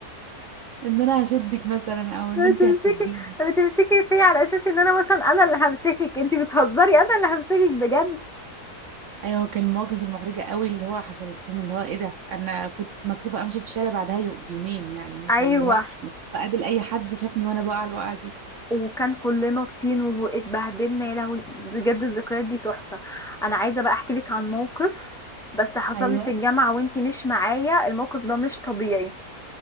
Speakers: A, on the right (about 65°); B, in the centre.
A: ان انا هشدك مثلا او
B: <laughs>
A: ان انت
B: بتمسكي
A: هتشديني
B: بتمسكي فيا على اساس ان انا مثلا انا اللي همسكك انتي بتهزري انا اللي همسكك بجد
A: ايوه كان المواقف المحرجة قوي اللي هو حصلت لنا اللي هو ايه ده انا كنت مكسوفة امشي في الشارع بعدها يو- بيومين يعني مثلا
B: ايوه
A: اللي هو بقابل اي حد شافني وانا بقع الوقعة دي
B: وكان كلنا طين واتبهدلنا يا لهوي بجد الذكريات دي تحفة انا عايزة بقى احكي لك عن موقف بس حصل
A: ايوه
B: لي في الجامعة وانتي مش معايا الموقف ده مش طبيعي